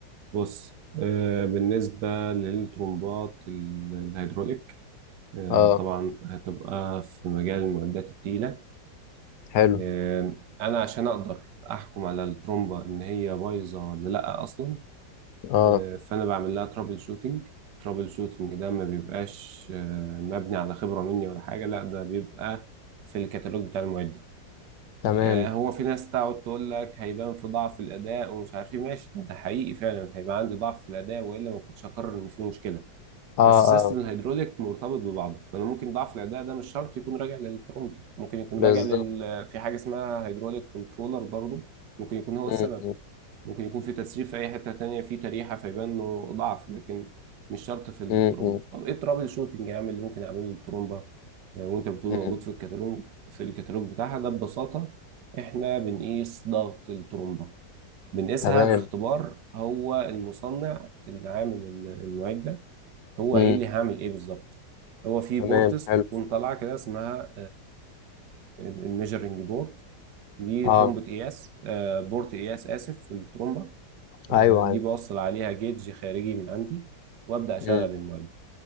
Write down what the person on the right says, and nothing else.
بص آه بالنسبة للترمبات ال- الهيدروليك آه
طبعا هتبقى في مجال المعدات التقيلة
آه أنا عشان أقدر أحكم على الترمبة إن هي بايظة ولا لأ أصلا
آه فأنا بعمل لها ترابل شوتينج ترابل شوتينج ده ما بيبقاش آه مبني على خبرة مني ولا حاجة لأ ده بيبقى في الكتالوج بتاع المعدة
آه، هو في ناس تقعد تقول لك هيبان في ضعف الاداء ومش عارف ايه ماشي ده حقيقي فعلا هيبقى عندي ضعف في الاداء والا ما كنتش هقرر ان في مشكله
بس
سيستم الهيدروليك مرتبط ببعضه فانا ممكن ضعف الاداء ده مش شرط يكون راجع للترومبه ممكن يكون
راجع لل في حاجه اسمها هيدروليك كنترولر برضه ممكن يكون هو
السبب
ممكن يكون في تسريب في اي حته تانية في تريحه فيبان انه ضعف لكن مش شرط في الترومبه
طب ايه الترابل شوتنج يا عم اللي ممكن اعمله للترومبه آه، وانت بتقول
موجود في الكتالوج في الكتالوج بتاعها ده ببساطه احنا بنقيس ضغط الترومبه بنقيسها
باختبار هو المصنع اللي عامل ال- المعده ده هو
قايل لي هعمل ايه بالظبط هو في
بورتس
بتكون طالعه كده اسمها الميجرنج بورد دي
ترومبه قياس آه، بورت قياس اسف في الترومبه آه،
دي
بوصل عليها جيج خارجي من عندي وابدا اشغل
المعده